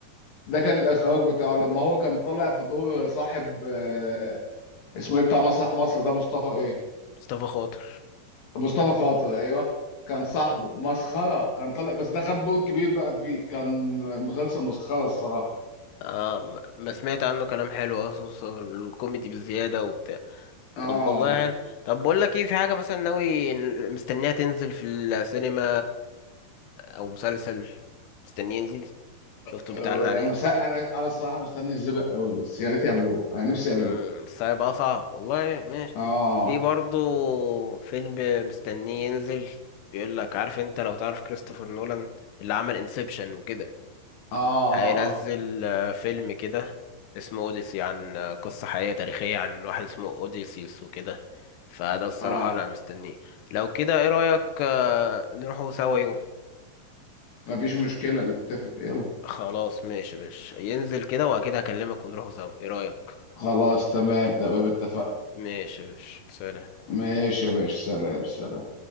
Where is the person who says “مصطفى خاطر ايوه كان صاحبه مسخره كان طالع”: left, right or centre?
Left